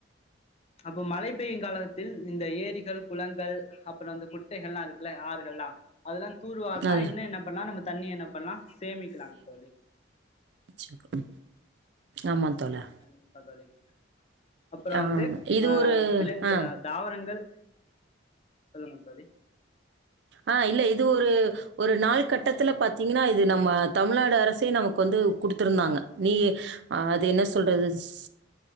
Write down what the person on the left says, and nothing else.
அப்ப மழை பெய்யு காலத்தில் இந்த ஏரிகள் குளங்கள் அப்றொ அந்த குட்டைகலா இருக் ல ஆறுகள்லா அதெல்லா தூர்வார்னா
இன்னு என்ன பண்லா நம்ம தண்ணி என்ன பண்லா சேமிக்கலாங் தோழி
கண்டிப்பா தோழி அப்றோ
வந்து
ஆ
விலங்கு
தாவரங்கள் சொல்லுங்க தோழி